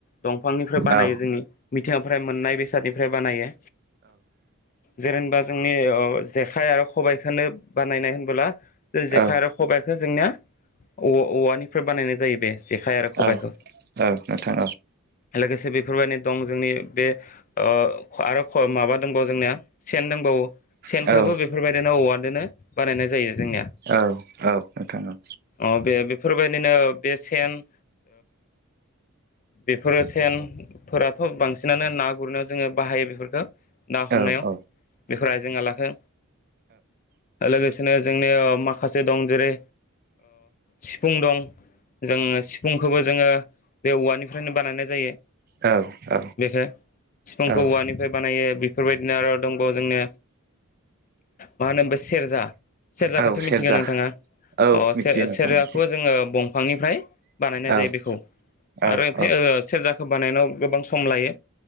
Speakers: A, on the left; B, on the right.
A: दंफांनिफ्राय बानायो
B: औ
A: जोंनि मिथिंगानिफ्राय मोननाय बेसादनिफ्राय बानायो। जेरेन बाज जोंनि जेखाइ आरो खबायाइखौनो बानायनाय होनबोला जों जेखाइ
B: औ
A: आरो खबायाइखौ जोंनिया औ औवानिफ्राय बानायनाय जायो बे जेखाइ आरो खबाइखौ।
B: औ औ नोंथां
A: लोगोसे बे बेफोरबायदि दं जोंनि बे आरो माबा दंबावो जोंनिया सेन दंबावो सेनखबो
B: औ औ
A: बेफोरबायदिनो औवादोनो बानायनाय जायो जोंनिया।
B: औ औ नोंथां औ।
A: अ बे बेफोरबायदिनो बे सेन बेफोरो सेनफोराथ' बांसिनानो ना गुरनायाव जोङो बाहायो बेफोरखौ। ना हमनायाव
B: औ औ
A: बेफोर आइजेंना लाखो लोगोसे बिदिनो जोंनि माखासे दं जेरै सिफुं दं जोंङो सिफुंखौबो जोंङो बे औवानिफ्रायनो बानायनाय जायो
B: औ औ
A: बेखौ बिफांखौ
B: औ
A: औवानिफ्राय बानायो। बेफोरबायदिनो आरो दंबावो जोंनि मा होनोम बे सेरजा सेरजाख
B: औ
A: नोंथा
B: सेरजा औ मिथियो नोंथां
A: सेराखौ
B: मिथियो
A: जोंङो दफांनिफ्राय बानाय
B: औ
A: जायो बिखौ
B: औ
A: आरो
B: औ
A: बेयो सेर बेखौ बानायनायाव गोबां सम लायो।